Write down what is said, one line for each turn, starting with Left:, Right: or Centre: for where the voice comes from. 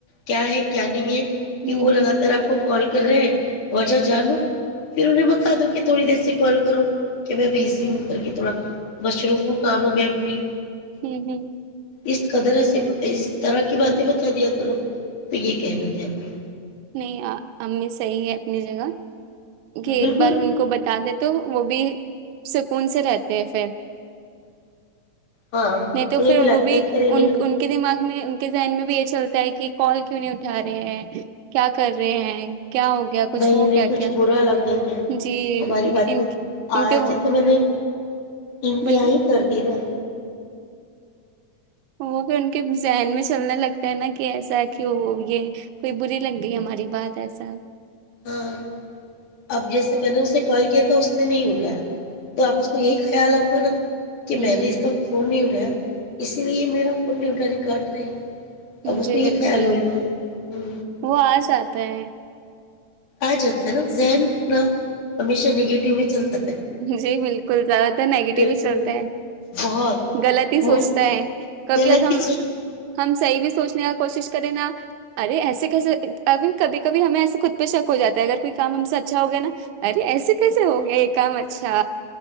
Left: کیا ہے کیا نہیں ہے
Right: ہ
Left: کہ وہ
Right: ہ
Left: لگاتار آپ کو کال کر رہے ہیں وجہ جانو پھر انہیں بتا دو کہ تھوڑی دیر سے کال کرو کہ میں بزی ہوں کر کے تھوڑا مصروفوں کاموں میں <unintelligible> بی
Right: ہوں ہ
Left: اس قدر سے اس طرح کی باتیں بتا دیا کرو <unintelligible> تو یہ کہہ رہ تھے امی
Right: نہیں امی صحیح ہے اپنی جگہ <unintelligible> کہ ایک
Left: بالکل
Right: بار ان کو بتا دیں تو وہ بھی سکون سے رہتے ہیں پھر
Left: ہاں
Right: نہیں تو
Left: انہیں
Right: پھر
Left: لگتا
Right: وہ بھی
Left: ہے کہ ارے
Right: ان
Left: نہیں
Right: ان کے دماغ میں ان کے ذہن میں بھی یہ چلتا ہے کہ کال کیوں نہیں اٹھا رہے ہے کیا کر رہے ہیں کیا ہو گیا کچھ
Left: بھائی
Right: ہو
Left: انہیں
Right: گیا
Left: کچھ
Right: کیا
Left: برا لگے کہ
Right: جی
Left: ہماری
Right: ان
Left: باتیں
Right: ان
Left: آج
Right: کے
Left: تو میں نے انتہائی
Right: بولی
Left: کر د رہا
Right: وہ بھی ان کے ذہن میں چلنے لگتا ہے نہ کہ ایسا کہ وہ یہ کوئی بری لگ گئی ہماری بات ایسا۔۔
Left: ہاں اب جیسے میں نے اسے کال کیا تھا اس نے نہیں اٹھایا۔۔ تو آپ اس کو یہی خیال ہو۔۔ <unintelligible> <unintelligible> <unintelligible> کہ
Right: ہوں
Left: میں نے اس کا فون نہیں اٹھا۔۔ اسی لیے میرا فون نہیں اٹھا رہی۔ کاٹ رہی ہے۔۔ اب اس
Right: جی
Left: پہ یہ
Right: بالکل
Left: خیال ہوئی ہو ہ
Right: وہ آ سات <unintelligible> پ <unintelligible>
Left: آ جاتا ہے نا ذہن اپنا ہمیشہ نگیٹو میں چلتا ہے
Right: جی بالکل زیادہ تر نیگیٹو
Left: بالکل
Right: ہی چلتا ہے
Left: بہت
Right: غلط ہی سوچتا
Left: وہ
Right: ہے کبھی
Left: غلط
Right: اگر ہم
Left: ہی چیز،
Right: ہم صحیح بھی سوچنے کا کوشش کریں نا ارے ایسے کیسے اب کبھی کبھی ہمیں ایسے خود پہ شک ہو جاتا ہے اگر کوئی کام ہم سے اچھا ہو گیا نا ارے ایسے کیسے ہو گیا ایک کم اچھا